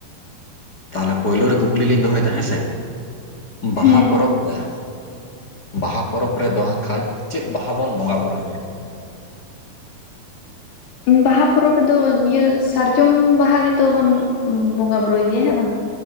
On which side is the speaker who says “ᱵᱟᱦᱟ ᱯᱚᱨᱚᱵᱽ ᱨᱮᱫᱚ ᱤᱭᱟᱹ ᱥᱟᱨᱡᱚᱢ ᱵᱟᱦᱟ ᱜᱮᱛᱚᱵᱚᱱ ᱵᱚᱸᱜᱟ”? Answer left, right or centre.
Left